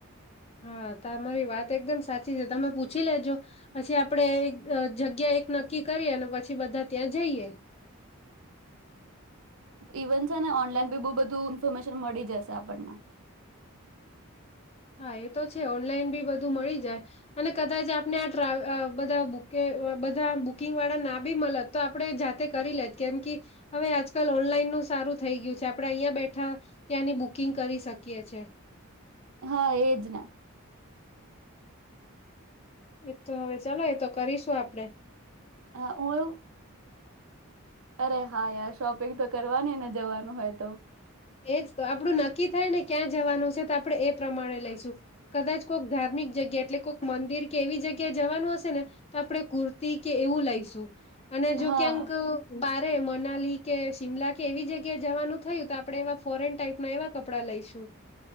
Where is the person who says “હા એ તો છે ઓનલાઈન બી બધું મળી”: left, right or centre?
Left